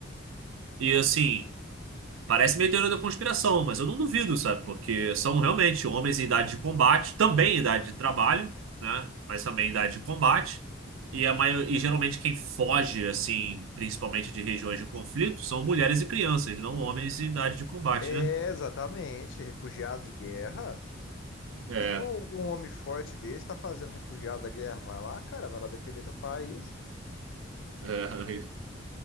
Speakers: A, on the right; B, on the left.
A: E assim. Parece meio teoria da conspiração, mas eu não duvido, sabe? Porque são realmente homens em idade de combate, também em idade de trabalho, né? Mas também em idade de combate. E, a maior... e geralmente quem foge, assim, principalmente de regiões de conflito, são mulheres e crianças, não homens em idade de combate,
B: É,
A: né?
B: exatamente, refugiado de guerra.
A: É,
B: O que que o- um homem forte desse está fazendo refugiado da guerra? Vai lá, cara, vai lá defender teu país.
A: é,